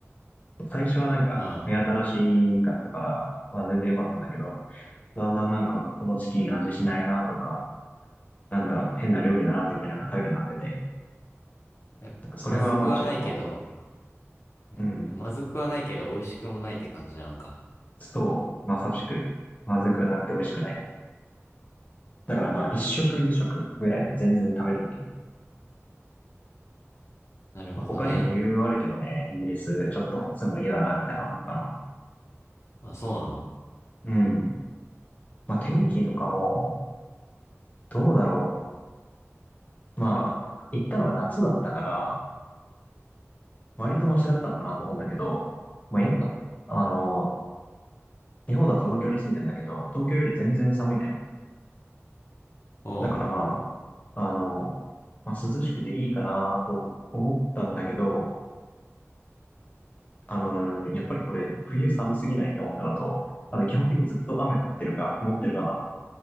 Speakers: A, on the left; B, on the left.
A: 最初はなんか目新しかったから、
B: あ
A: まあ全然良かったんだけど、だんだんなんかこのチキン味しないなとか、なんだ、変な料理だなって思いながら食べるようになってて、
B: あ。やっぱまずくはないけど、
A: なんかそれはまあちょっと、
B: ね。
A: うん、
B: まずくはないけど美味しくもないって感じなのか。
A: そう、まさしく、まずくなくて美味しくない。だからまあ一食二食ぐらいなら全然食べれるけど、
B: なるほどね。
A: まあ、他にも理由はあるけどね、イギリスちょっと住むの嫌だなみたいな思ったのは。
B: あ、そうなの
A: うん。まあ天気とかも、どうだろう。まあ、行ったのが夏だったから、割とマシだったのかなと思うんだけど、まあやっぱ、あの、日本だと東京に住んでんだけど、東京より全然寒いね。
B: おう。
A: だからまあ、あの、まあ、涼しくていいかなと思ったんだけど、あの、やっぱりこれ冬寒すぎないと思ったのと、あと基本的にずっと雨降ってるか曇ってるかなの。